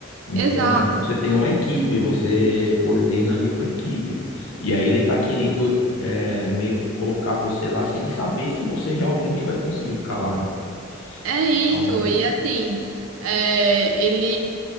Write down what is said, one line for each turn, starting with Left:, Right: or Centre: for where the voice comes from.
Left: É. Então,
Right: exato.
Left: você tem uma equipe, você coordena ali uma equipe. E aí ele tá querendo é, meio que colocar você lá sem saber se você realmente vai conseguir ficar lá, né?
Right: É
Left: Então,
Right: isso, e assim, é, ele